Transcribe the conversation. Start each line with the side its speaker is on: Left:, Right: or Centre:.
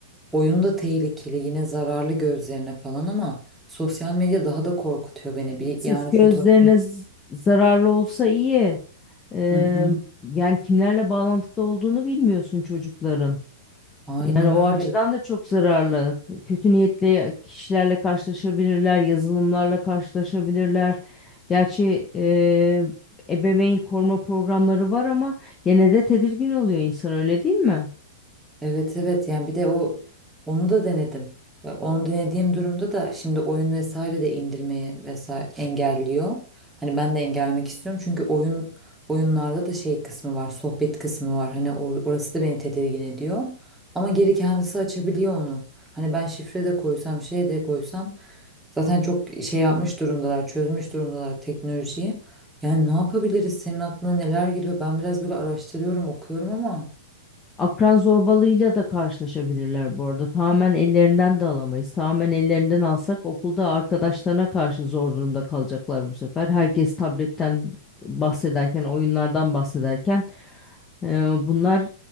Centre: oyunda tehlikeli, yine zararlı gözlerine falan ama sosyal medya daha da korkutuyor beni. Bir
Left: Sırf
Centre: yani
Left: gözlerine
Centre: fotoğrafın.
Left: z- zararlı olsa iyi. Ee,
Centre: Hı hı.
Left: yani kimlerle bağlantıda olduğunu bilmiyorsun çocukların.
Centre: Aynen
Left: Yani o
Centre: öyle.
Left: açıdan da çok zararlı. Kötü niyetli kişilerle karşılaşabilirler, yazılımlarla karşılaşabilirler. Gerçi e, ebeveyn koruma programları var ama gene de tedirgin oluyor insan öyle değil mi?
Centre: Evet evet yani bir de o onu da denedim. Ve Onu denediğim durumda da şimdi oyun vesaire de indirmeyi vesaire engelliyor. Hani ben de engellemek istiyorum çünkü oyun oyunlarda da şey kısmı var, sohbet kısmı var. Hani or- orası da beni tedirgin ediyor. Ama geri kendisi açabiliyor onu. Hani ben şifre de koysam, şey de koysam zaten çok şey yapmış durumdalar, çözmüş durumdalar teknolojiyi. Yani ne yapabiliriz? Senin aklına neler geliyor? Ben biraz böyle araştırıyorum, okuyorum ama
Left: Akran zorbalığıyla da karşılaşabilirler bu arada. Tamamen ellerinden de alamayız. Tamamen ellerinden alsak okulda arkadaşlarına karşı zor durumda kalacaklar bu sefer. Herkes tabletten bahsederken, oyunlardan bahsederken Ee, bunlar